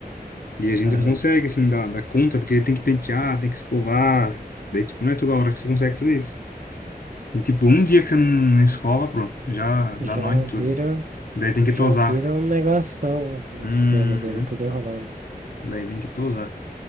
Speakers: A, on the left; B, on the right.
A: E a gente
B: Aham.
A: não consegue, assim, dar, dar conta, porque ele tem que pentear, tem que escovar. Daí, tipo, não é toda hora que você consegue fazer isso. E tipo, um dia que você não, não escova, pronto, já dá
B: Já
A: nó em
B: vira,
A: tudo. Daí tem
B: já
A: que tosar.
B: vira um negoção, os
A: Uhum.
B: pelos dele tudo enrolado.
A: Daí tem que tosar.